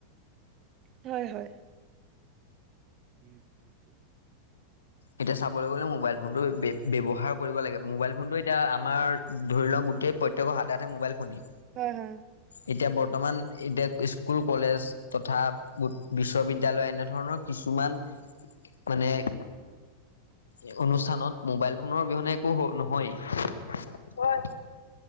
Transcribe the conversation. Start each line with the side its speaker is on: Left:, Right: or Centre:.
Right: সে হয়ঁ হয়ঁ! নিচ ছয় ফোট।
Left: এতিয়া চাবলৈ গ'লে মোবাইল ফোনটো বে বে ব্যৱহাৰ কৰিব লাগে মোবাইল ফোনটো এতিয়া আমাৰ- ধৰি লওঁ গোটেই প্ৰত্য়েকৰ হাতে-হাতে মোবাইল ফোনে-
Right: হয় হয়
Left: এতিয়া বৰ্তমান এতিয়া স্কুল কলেজ তথা- বুট বিশ্ববিদ্যালয় এনেধৰণৰ কিছুমান মানে- এক অনুষ্ঠানত মোবাইল ফোনৰ অবিহনে একো নহয় হয়।